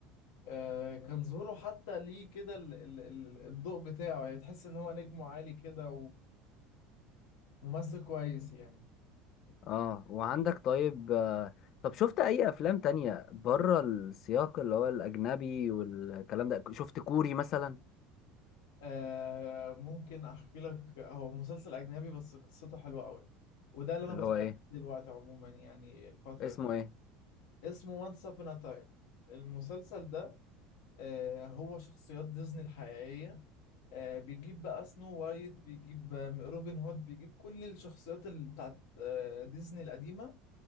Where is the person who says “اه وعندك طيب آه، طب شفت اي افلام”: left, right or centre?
Left